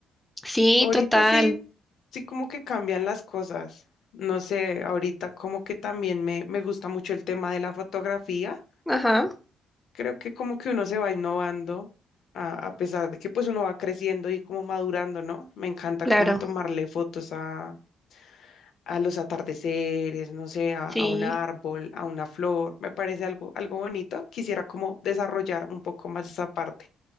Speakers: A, in the centre; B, on the left.
A: Sí,
B: Ahorita
A: total,
B: sí, sí como que cambian las cosas. No sé, ahorita como que también me, me gusta mucho el tema de la fotografía.
A: ajá,
B: creo que como que uno se va innovando a, a pesar de que pues uno va creciendo y como madurando, ¿no? Me encanta
A: claro.
B: como tomarle fotos a, a los atardeceres, no sé, a,
A: Sí,
B: a un árbol, a una flor, me parece algo, algo bonito. Quisiera como desarrollar un poco más esa parte,